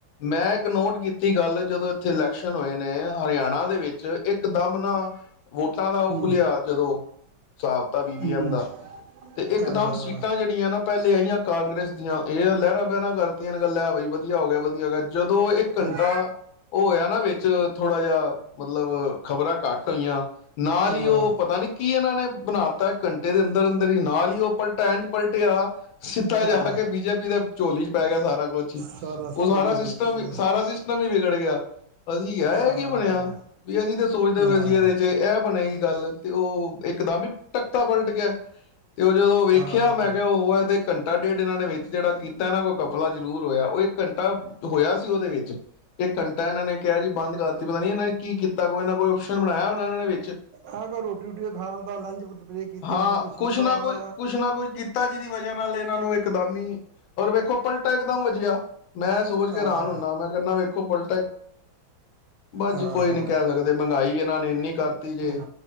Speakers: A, on the left; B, on the right.
A: ਮੈਂ ਇੱਕ ਨੋਟ ਕੀਤੀ ਗੱਲ ਜਦੋਂ ਇੱਥੇ ਇਲੈਕਸ਼ਨ ਹੋਏ ਨੇ ਹਰਿਆਣਾ ਦੇ ਵਿੱਚ ਇੱਕ ਦਮ ਨਾ ਵੋਟਾਂ ਦਾ ਉਹ
B: ਹਮ,
A: ਖੁੱਲਲਿਆ ਜਦੋਂ ਹਾਬਤਾ ਬੀਵੀ
B: ਹਮ,
A: ਐਮ ਦਾ ਤੇ ਇਕਦਮ
B: ਹਾਂ,
A: ਸੀਟਾਂ ਜਿਹੜੀਆਂ ਨਾ ਪਹਿਲੇ ਆਈਆਂ ਕਾਂਗਰਸ ਦੀਆਂ ਇਹ ਲਹਿਰਾਂ ਪੈਰਾਂ ਕਰਤੀਆਂ ਨੇ ਗੱਲਾਂ ਹੈ ਬਾਈ ਵਧੀਆ ਹੋ ਗਿਆ ਵਧੀਆ ਹੈ ਜਦੋਂ ਇੱਕ ਘੰਟਾ
B: ਉਹ,
A: ਹੋਇਆ ਨਾ ਵਿੱਚ ਥੋੜਾ ਜਿਹਾ ਮਤਲਬ ਖ਼ਬਰਾਂ ਘੱਟ ਹੋਈਆਂ ਨਾਲ
B: ਹਾਂ,
A: ਹੀ ਉਹ ਪਤਾ ਨੀ ਕੀ ਇਹਨਾਂ ਨੇ ਬਣਾ ਤਾ ਘੰਟੇ ਦੇ ਅੰਦਰ ਅੰਦਰ ਹੀ ਨਾਲ ਹੀ ਉਹ ਪਲਟੈਣ ਚ ਪਲਟਿਆ ਸਿੱਧਾ
B: ਹਾਂ,
A: ਜਿਹਾ ਕੇ ਬੀਜੇਪੀ ਦੇ ਝੋਲੀ ਚ ਪੈ ਗਿਆ ਸਾਰਾ ਕੁਛ ਹੀ
B: ਸਾਰਾ
A: ਉਹ ਸਾਰਾ
B: ਕੁਝ
A: ਸਿਸਟਮ
B: ਵੀ ਹਾਂ
A: ਸਾਰਾ ਸਿਸਟਮ ਵੀ ਵਿਗੜ ਗਿਆ ਅਸੀਂ ਇਹ ਹੈ
B: ਹਾਂ
A: ਕੀ ਬਣਿਆ ਵੀ ਅਸੀਂ ਤੇ ਸੋਚਦੇ
B: ਹਾਂ
A: ਵੀ ਅਸੀਂ ਇਹਦੇ ਚ ਇਹ ਬਣੇਗੀ ਗੱਲ ਤੇ ਉਹ ਇੱਕਦਮ ਹੀ ਟੱਕਤਾ ਪਲਟ ਗਿਆ ਤੇ ਉਹ ਜਦੋਂ ਵੇਖਿਆ
B: ਹਾਂ
A: ਮੈਂ ਕਿਹਾ ਉਹ ਹੈ ਤੇ ਕੰਟਾ ੇਡ ਇਹਨਾਂ ਨੇ ਵਿੱਚ ਜਿਹੜਾ ਕੀਤਾ ਇਹਨਾਂ ਕੋਈ ਕੱ ਲਾ ਜ਼ਰੂਰ ਹੋਇਆ ਉਹ ਇੱਕ ਘੰਟਾ ਹੋਇਆ ਸੀ ਉਹਦੇ ਵਿੱਚ ਇਹ ਕੰ ਟਨ ਨੇ ਕਿਹਾ ਜੀ ਬੰਦ ਕਰਤੀ ਪਤਾ ਨੀ ਇਹਨਾਂ ਨੇ ਕੀ ਕੀਤਾ ਕੋਈ ਨਾ ਕੋਈ ਓਪਸ਼ਨ ਬਣਾਇਆ ਉਹਨਾਂ ਇਹਨਾਂ ਨੇ ਵਿੱਚ
B: ਆ ਕੋ ਰੋਟੀ ਰੋਟੀ ਖਾਣ ਦਾ ਲੰਚ ਬ੍ਰੇਕ ਕੀਤੀ
A: ਹਾਂ
B: ਹੋਣੀ ਜਾਂ ਕੁਝ ਕੀਤਾ
A: ਕੁਛ ਨਾ
B: ਹੋਣਾ
A: ਕੁਛ ਕੁਛ ਨਾ ਕੁਛ ਕੀਤਾ ਜਿਹਦੀ ਵਜ੍ਹਾ ਨਾਲ ਇਹਨਾਂ ਨੂੰ ਇਕਦਮ ਹੀ ਔਰ ਵੇਖੋ ਪਲਟ ਇਕਦਮ ਵਧੀਆ ਮੈਂ ਸੋਚ ਕੇ
B: ਹਾਂ
A: ਆਾਨ ਹੁੰਦਾ ਮੈਂ ਕਹਿੰਦਾ ਵੇਖੋ ਪੁਲ ਬਾਸ
B: ਹਾਂ
A: ਜੀ ਕੋਈ ਨੀ ਕਹਿ ਸਕਦੇ ਮਹਿੰਗਾਈ ਇਹਨਾਂ ਨੇ ਇੰਨੀ ਕਰਤੀ ਜੇ
B: ਹਮ,